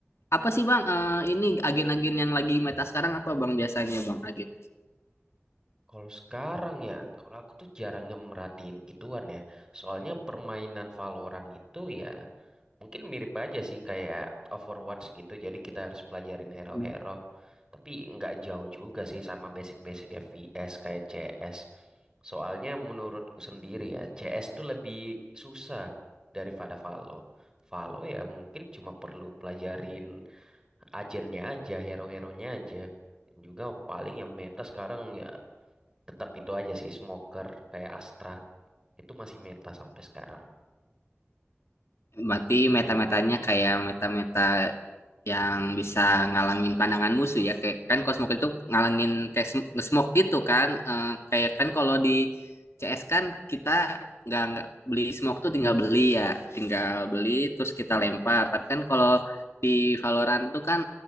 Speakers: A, on the left; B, on the right.
A: Apa sih Bang, eh, ini agen-agen yang lagi meta sekarang apa Bang biasanya Bang agen?
B: Kalau sekarang ya, kalau aku tuh jarang merhatiin gituan ya. Soalnya permainan Valorant itu ya mungkin mirip aja sih kayak Overwatch gitu. Jadi kita harus pelajarin hero-hero.
A: Hmm.
B: Tapi nggak jauh juga sih sama basic-basic FPS kayak CS. Soalnya menurutku sendiri ya, CS tuh lebih susah daripada Valo. Valo ya mungkin cuma perlu pelajarin agennya aja, hero-heronya aja. Dan juga paling yang meta sekarang ya tetap itu aja sih smoker kayak Astra itu masih meta sampai sekarang.
A: Berarti meta-metanya kayak meta-meta yang bisa ngalangin pandangan musuh ya. Kayak kan Cosmo itu ngalangin kayak sm- nge-smoke gitu kan. Eh, kayak kan kalau di CS kan kita nggak nggak beli smoke tuh tinggal beli ya, tinggal beli terus kita lempar. Tapi kan kalau di Valorant tuh kan